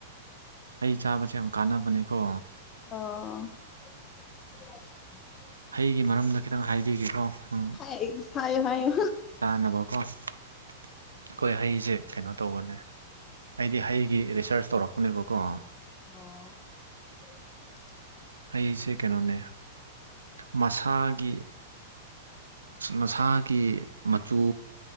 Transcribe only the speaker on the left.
ꯑꯣ
ꯍꯥꯏ ꯍꯥꯏꯌꯣ ꯍꯥꯏꯌꯣ
ꯑꯣ